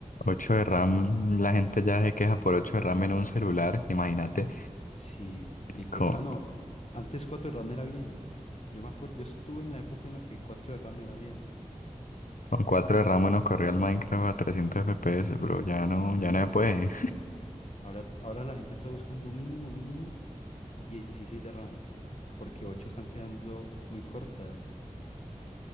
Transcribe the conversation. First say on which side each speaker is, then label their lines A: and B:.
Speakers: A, on the left; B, on the left.
A: 8 de RAM, la gente ya se queja por 8 de RAM en un celular, imagínate,
B: Sí, lite-
A: co-
B: Mano, antes cuatro de RAM era bien. Yo me acuerdo, yo estuve en la época en la que 4 de RAM era bien.
A: Con cuatro de RAM nos corría el Minecraft a 300 FPS, pero ya no,
B: Ujú.
A: ya no se puede.
B: Ahora, ahora la gente está buscando mínimo, mínimo 16 de RAM, porque 8 están quedando muy cortas.